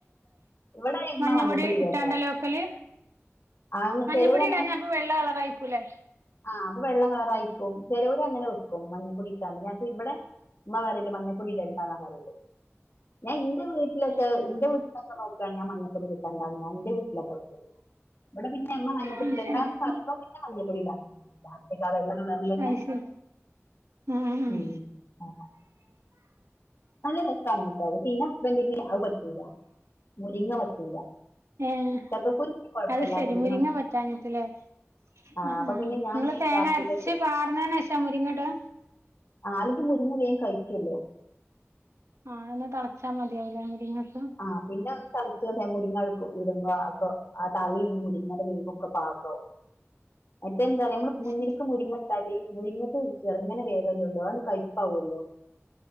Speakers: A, on the left (about 55°); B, on the right (about 75°).
A: ഇവിടെ ഇമ്മ
B: മഞ്ഞപൊടി
A: മഞ്ഞപ്പൊടി ഇടണ്ട
B: ഇട്ട് കാണ്ടല്ലേ വെക്കല്
A: ആ
B: മഞ്ഞപ്പൊടി
A: ചിലവര്
B: ഇടായ്ഞ്ഞ അപ്പൊ വെള്ള കളറായി നിക്കൂലേ
A: ആഹ് അപ്പൊ വെള്ള കളറായിക്കും ച്ചെലൊര് അങ്ങനെ വെക്കും മഞ്ഞപ്പൊടി ഇട്ടാണ്ട് ഞങ്ങ ഇവിടെ ഉമ്മ പറയൽ മഞ്ഞപ്പൊടി ഇടണ്ടാന്നാ പറയല് ഞാൻ എന്റെ വീട്ട് ട്ടിലൊക്കെ
B: ഏഹ്
A: എന്റെ വീട്ടിലൊക്കെ നോക്കാണ് ഞാൻ മഞ്ഞപ്പൊടി ഒക്കെ ഇട്ടക്കാണ്ട ഞാൻ ന്റെ വീട്ടിലൊക്കെ വെക്കല് ഇവിടെ പിന്നെ ഇമ്മ മഞ്ഞപ്പൊടി
B: അത്
A: ഇടണ്ടാന്ന്
B: ശരി
A: പറയുമ്പോ പിന്നെ മഞ്ഞപ്പൊടി ഇടാൻ നിക്കൂല ന്ന്ട്ടാ വെള്ള കളറിലന്നെ
B: അത് ശരി ആഹ് ആഹ്
A: ഉം ആഹ് നല്ല രസാണ് ട്ടോ അത് പിന്നെ ന്റെ ഹസ്ബെൻഡിന് അത് പറ്റൂല മുരിങ്ങ പറ്റൂല
B: ഏഹ്
A: ചക്കക്കൂരി പിന്നെ കുഴപ്പമില്ല
B: അത് ശരി മുരിങ്ങ
A: പറ്റൂല.
B: പറ്റാഞ്ഞിട്ട് ല്ലേ
A: ആ
B: ഉം
A: അപ്പൊ
B: ഉം
A: പിന്നെ ഞാൻ
B: നിങ്ങള് തേങ്ങ
A: രാത്രിയിലേക്ക്
B: അരച്ച് പാർന്നേനേശാ മുരിങ്ങടാ
A: ആഹ് അല്ലെങ്കിൽ മുരിങ്ങ വേം കയ്ക്കുവല്ലോ
B: ആ എന്നാ തളച്ചാൽ മതിയാവൂല്ലേ മുരിങ്ങ അപ്പൊ
A: ആ പിന്നെ തളിച്ചോണ്ട് മുരിങ്ങ എടുക്കും ഇടുമ്പോ ആ തളി മുരിങ്ങയുടെ വേവും ഒക്കെ പാകാവും മറ്റേത് എന്താ അറിയോ നമ്മള്
B: അത്
A: മുന്നില്ക്ക്
B: ശരി
A: മുരിങ്ങ ട്ടാല് മുരിങ്ങക്ക് ചെറ്ങ്ങനെ വേവല്ലൊള്ളു അ ആണ്ട് കയ്പ്പാവൊല്ലോ.